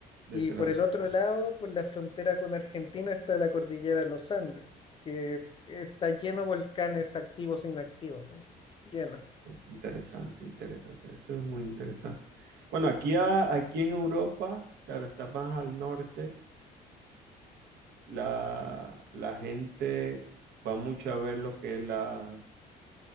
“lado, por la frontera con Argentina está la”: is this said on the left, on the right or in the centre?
Left